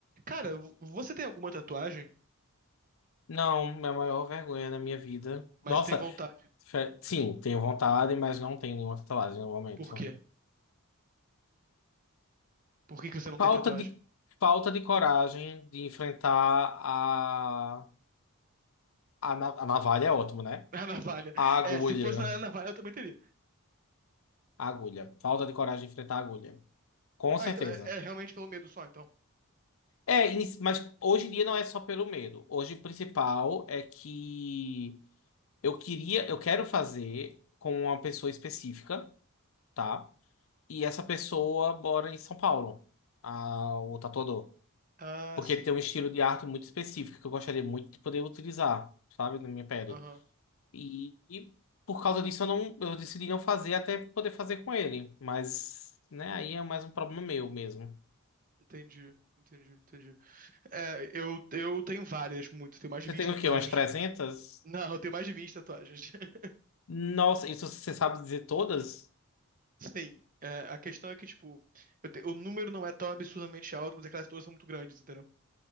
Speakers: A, on the right; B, on the left.
A: Cara, vo- você tem alguma tatuagem,
B: Não, é a maior vergonha da minha vida.
A: mas
B: Nossa,
A: tem vontade.
B: fe- sim, tenho vontade, mas não tenho nenhuma tatuagem no momento.
A: Por quê? Por que que você não
B: Falta
A: tem tatuagem?
B: de, falta de coragem de enfrentar a, a, na- a navalha é ótimo,
A: <laughs>
B: né?
A: A navalha.
B: A agulha.
A: É, se fosse na navalha, eu também teria.
B: A agulha. Falta de coragem de enfrentar a agulha. Com
A: Ah,
B: certeza.
A: então é, é realmente pelo medo só, então.
B: É, inici- mas hoje em dia não é só pelo medo. Hoje o principal é que eu queria, eu quero fazer com uma pessoa específica, tá? E essa pessoa mora em São Paulo, a- o tatuador.
A: Ah,
B: Porque
A: sim.
B: ele tem um estilo de arte muito específico que eu gostaria muito de poder utilizar, sabe, na minha pele.
A: Aham.
B: E, e por causa disso eu não, eu decidi não fazer até poder fazer com ele. Mas, né, aí é mais um problema meu mesmo.
A: Entendi, entendi, entendi. É, eu, eu tenho várias, muito. Tenho mais
B: Você
A: de 20
B: tem
A: tatuagens.
B: o quê? Umas 300?
A: <laughs> Não, eu tenho mais de 20 tatuagens. <laughs>
B: Nossa, isso você sabe dizer todas?
A: Sim. é, a questão é que, tipo, eu te- o número não é tão absurdamente alto, mas é que elas todas são muito grandes, entendeu?